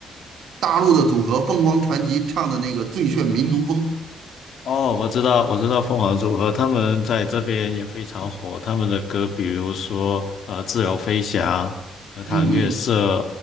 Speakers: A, on the right; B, on the left.
A: 大陆的组合凤凰传奇唱的那个《最炫民族风》。
B: 哦，我知道，我知道凤凰组合，他们在这边也非常火。他们的歌，比如说呃《自由飞翔》《荷塘月色》，
A: 嗯嗯，